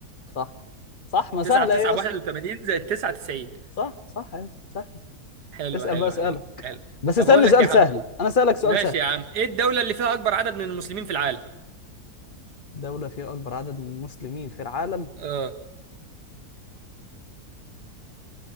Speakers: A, on the left (about 40°); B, on the right (about 80°).
A: صح صح ما سهله
B: 9 في 9
A: ايه يا
B: ب
A: اسطى
B: 81 زائد 9 90
A: صح صح يا اسطى
B: حلو
A: سهل اسال
B: حلو
A: بقى اسئله
B: حلو حلو
A: بس
B: طب
A: اسالني
B: هقول لك
A: سؤال
B: يا عم
A: سهل انا اسالك سؤال
B: ماشي
A: سهل
B: يا عم ايه الدولة اللي فيها اكبر عدد من المسلمين في العالم
A: دوله فيها اكبر عدد من المسلمين في العالم
B: اه